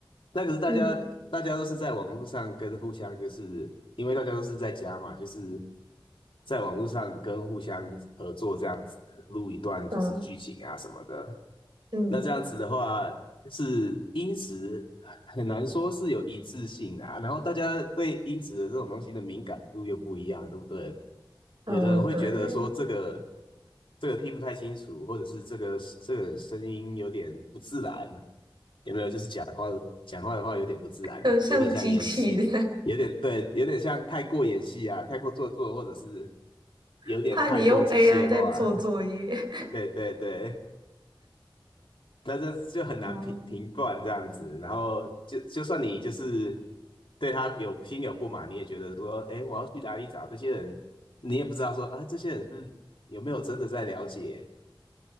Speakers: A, on the left (about 75°); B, on the right (about 60°).
A: 那可是大家大家都是在网络上跟互相，
B: 嗯
A: 就是因为大家都是在家嘛，就是在网络上跟互相合作这样子录一段就是剧情啊什么的。
B: 嗯嗯
A: 那这样子的话，是音质很难说是有一致性啊。然后大家对音质的这种东西的敏感度又不一样，对不对？有的人会觉得说这个
B: 嗯，对，
A: 这个听不太清楚，或者是这个这个声音有点不自然，有没有？就是讲话的话有点不自然，
B: 就像机器的，
A: 有点像演戏，有点对，有点像太过演戏啊，太过做作，或者是
B: <laughs>
A: 有点太过机械化。
B: 怕你用 AI 在做作业。
A: <laughs> 对对对，那这就很难评评断这样子。
B: <laughs> 哦
A: 然后就就算你就是对他有心有不满，你也觉得说，哎，我要去哪里找这些人？你也不知道说，啊，这些人是不是有没有真的在了解，